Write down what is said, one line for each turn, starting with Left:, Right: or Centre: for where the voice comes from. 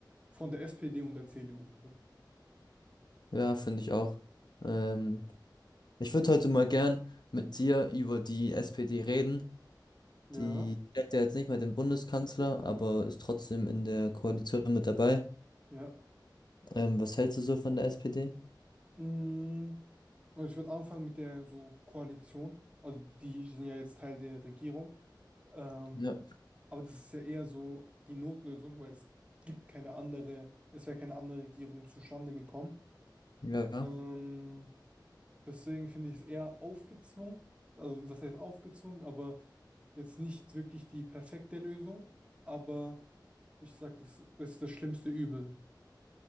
Right: von der SPD und der CDU. So.
Left: Ja, finde ich auch. Ähm, ich würde heute mal gern mit dir über die SPD reden.
Right: Ja,
Left: Die stellt ja jetzt nicht mehr den Bundeskanzler, aber ist trotzdem in der Koalition mit dabei.
Right: Ja.
Left: Ähm, was hältst du so von der SPD?
Right: Mm, also ich würde anfangen mit der so Koalition. Also die sind ja jetzt Teil der Regierung. Ähm,
Left: Ja.
Right: Aber das ist ja eher so die Notlösung, weil es gibt keine andere, es wäre keine andere Regierung zustande gekommen.
Left: Ja,
Right: Ähm, deswegen finde ich es eher aufgezwungen, also das heißt aufgezwungen, aber jetzt nicht wirklich die perfekte Lösung. Aber ich sag, das, das ist das schlimmste Übel.